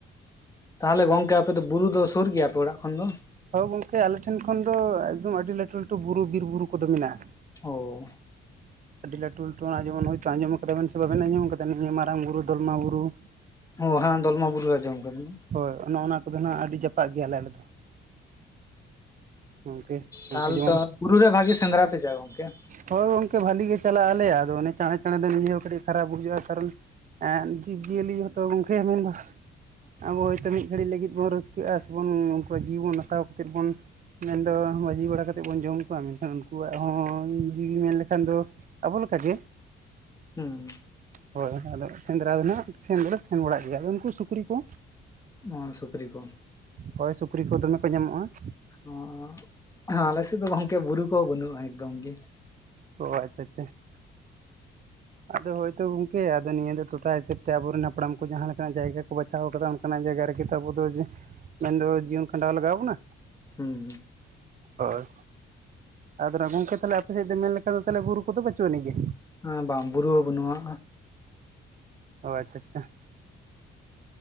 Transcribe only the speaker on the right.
ᱦᱚᱭ ᱜᱚᱝᱠᱮ ᱟᱞᱮ ᱴᱷᱮᱱ ᱠᱷᱚᱱ ᱫᱚ ᱮᱠᱫᱚᱢ ᱟᱹᱰᱤ ᱞᱟᱹᱴᱩ ᱞᱟᱹᱴᱩ ᱵᱩᱨᱩ ᱵᱤᱨ ᱵᱩᱨᱩ ᱠᱚᱫᱚ ᱢᱮᱱᱟᱜᱼᱟ ᱾
ᱟᱹᱰᱤ ᱞᱟᱹᱴᱩ ᱞᱟᱹᱴᱩ ᱟᱨ ᱡᱮᱚᱢᱚᱱ ᱦᱚᱭᱛᱳ ᱟᱸᱢᱚᱢ ᱠᱟᱫᱟᱵᱮᱱ ᱥᱮ ᱵᱟᱵᱮᱱ ᱟᱸᱢᱚᱢ ᱠᱟᱫᱟ ᱱᱤᱭᱟᱹ ᱢᱟᱨᱟᱝ ᱵᱩᱨᱩ ᱫᱚᱞᱢᱟ ᱵᱩᱨᱩ ᱾
ᱦᱚᱭ ᱚᱱᱮ ᱚᱱᱟ ᱠᱚᱫᱚ ᱱᱟᱜ ᱟᱹᱰᱤ ᱡᱟᱯᱟᱜ ᱜᱮᱭᱟᱞᱮ ᱟᱞᱮ ᱫᱚ ᱾ ᱜᱚᱝᱠᱮ
ᱩᱱᱠᱩ ᱡᱮᱢᱚᱱ
ᱦᱚᱭ ᱜᱚᱝᱠᱮ ᱵᱷᱟᱹᱞᱤ ᱜᱮ ᱪᱟᱞᱟᱜᱼᱟ ᱟᱞᱮᱭᱟ, ᱟᱫᱚ ᱚᱱᱮ ᱪᱟᱬᱮ ᱪᱟᱬᱮ ᱫᱚ ᱱᱤᱡᱮ ᱦᱚᱸ ᱠᱟᱹᱴᱤᱡ ᱠᱷᱟᱨᱟᱯ ᱵᱩᱡᱷᱟᱹᱜᱼᱟ ᱾ ᱠᱟᱨᱚᱱᱼᱼ ᱮᱸᱫ ᱡᱤᱵᱽ ᱡᱤᱭᱟᱹᱞᱤ ᱦᱚᱸ ᱛᱚ ᱜᱚᱝᱠᱮ ᱢᱮᱱᱫᱚ, ᱟᱵᱚ ᱦᱚᱭᱛᱚ ᱢᱤᱫ ᱜᱷᱟᱹᱲᱤᱡ ᱞᱟᱹᱜᱤᱫ ᱵᱚᱱ ᱨᱟᱹᱥᱼᱼ ᱠᱟᱹᱜ-ᱟ ᱥᱮ ᱵᱩᱱ ᱩᱱᱠᱩᱣᱟᱜ ᱡᱤᱵᱚᱱ ᱦᱟᱛᱟᱣ ᱠᱷᱟᱹᱛᱤᱨ ᱵᱚᱱᱼᱼ ᱢᱮᱱ ᱫᱚ ᱵᱟᱹᱡᱤ ᱵᱟᱲᱟ ᱠᱟᱛᱮᱜ ᱵᱚᱱ ᱡᱚᱢ ᱠᱚᱣᱟ ᱢᱮᱱᱠᱷᱟᱱ ᱩᱱᱠᱩᱣᱟᱜ ᱦᱚᱸᱼᱼ ᱩᱸᱻ ᱡᱤᱣᱤ ᱢᱮᱱ ᱞᱮᱠᱷᱟᱱ ᱫᱚ ᱟᱵᱚ ᱞᱮᱠᱟ ᱜᱮᱼᱼ
ᱦᱚᱭ ᱦᱮᱸᱜ ᱟᱫᱚ ᱥᱮᱸᱫᱽᱨᱟ ᱫᱚ ᱱᱟᱜ ᱥᱮᱱ ᱫᱚᱞᱮ ᱥᱮᱱ ᱵᱟᱲᱟᱜ ᱜᱮᱭᱟ ᱟᱫᱚ ᱩᱱᱠᱩ ᱥᱩᱠᱨᱤ ᱠᱚᱼᱼ
ᱦᱚᱭ ᱥᱩᱠᱨᱤ ᱠᱚ ᱫᱚᱢᱮ ᱠᱚ ᱧᱟᱢᱚᱜ-ᱟ ᱾
ᱚ ᱟᱪᱪᱷᱟ ᱟᱪᱪᱷᱟ ᱾ ᱟᱫᱚ ᱦᱳᱭᱛᱳ ᱜᱚᱝᱠᱮ ᱟᱫᱚ ᱱᱤᱭᱟᱹ ᱫᱚ ᱴᱚᱴᱷᱟ ᱦᱤᱥᱟᱹᱵᱽ ᱛᱮ ᱟᱵᱚ ᱨᱮᱱ ᱦᱟᱯᱲᱟᱢ ᱠᱚ ᱡᱟᱦᱟᱸ ᱞᱮᱠᱟ ᱱᱟᱜ ᱡᱟᱭᱜᱟ ᱠᱚ ᱵᱟᱪᱷᱟᱣ ᱠᱟᱫᱟ ᱾ ᱚᱠᱟᱱᱟᱜ ᱡᱟᱭᱜᱟ ᱨᱮ ᱜᱮ ᱛᱚ ᱟᱵᱚ ᱫᱚ ᱡᱮ ᱢᱮᱱ ᱫᱚ ᱡᱤᱭᱚᱱ ᱠᱷᱟᱸᱰᱟᱣ ᱞᱟᱜᱟᱣ ᱵᱚᱱᱟ᱾
ᱦᱚᱭ ᱟᱫᱚ ᱱᱟᱦᱟᱸᱜ ᱜᱚᱝᱠᱮ ᱛᱟᱦᱞᱮ ᱟᱯᱮ ᱥᱮᱡ ᱫᱚ ᱢᱮᱱ ᱞᱮᱠᱟ ᱫᱚ ᱛᱟᱦᱞᱮ ᱵᱩᱨᱩ ᱠᱚᱫᱚ ᱵᱟᱹᱪᱩᱜ ᱟᱹᱱᱤᱡ ᱜᱮ᱾
ᱚ ᱟᱪᱪᱷᱟ ᱟᱪᱷᱟ᱾